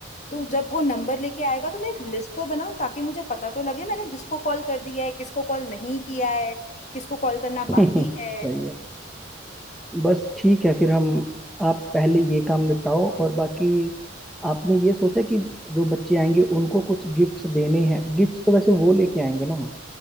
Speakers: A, on the left; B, in the centre.
A: तो जब वो नंबर लेके आएगा तो मैं एक लिस्ट तो बनाऊँ ताकि मुझे पता तो लगे मैंने जिसको कॉल कर दिया है किसको कॉल नहीं किया है किसको कॉल करना बाकी
B: हैं <laughs>
A: है
B: सही है बस ठीक है फिर हम आप पहले ये काम निपटाओ और बाकी आपने ये सोचा कि जो बच्चे आएंगे उनको कुछ गिफ्ट्स देने हैं गिफ्ट्स तो वैसे वो लेके आएंगे ना